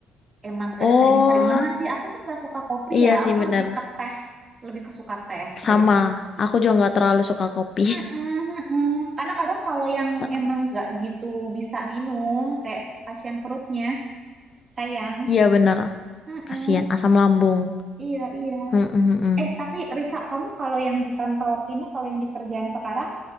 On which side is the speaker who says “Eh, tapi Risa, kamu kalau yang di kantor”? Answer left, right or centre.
Right